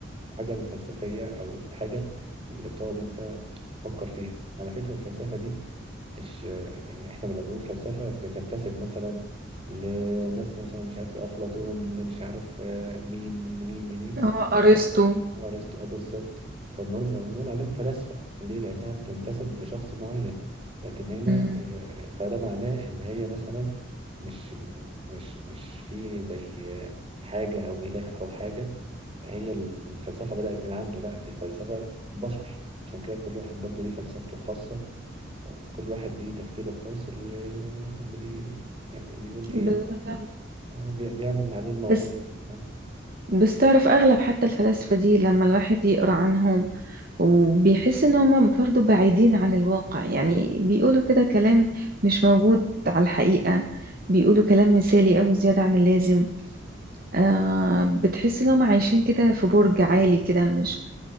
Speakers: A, on the right (about 30°); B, on the right (about 50°).
A: الحاجة الفلسفية أو الحاجة اللي بتقعد أنت تفكر فيها على فكرة الفلسفة دي مش يعني احنا لما بنقول فلسفة بتنتسب مثلا لناس مثلا مش عارف ايه أفلاطون اللي مش عارف آه، مين لمين لمين
B: هو ارسطو
A: ما- أرسطو آه، بالظبط فنقول نقول عليهم فلاسفة ليه؟ لأنها بتنتسب لشخص معين لكن هنا
B: مم.
A: آه، فده معناه إن هي مثلا مش مش مش في زي آه، حاجة أو إله أو حاجة هي الفلسفة بدأت من عنده لا دي فلسفة بشر عشان كده كل واحد برضه ليه فلسفته الخاصة وكل واحد ليه تفكيره الخاص اللي اللي بي يعني بيقول
B: بالظبط
A: ايه آه، بي- بيعمل اللي عليه الموضوع
B: بس
A: يعني آه،
B: بس تعرف أغلب حتى الفلاسفة دي لما الواحد يقرأ عنهم وبيحس إن هما برضو بعيدين عن الواقع يعني بيقولوا كده كلام مش موجود على الحقيقة بيقولوا كلام مثالي أو زيادة عن اللازم آه بتحس إن هما عايشين كده في برج عالي كده مش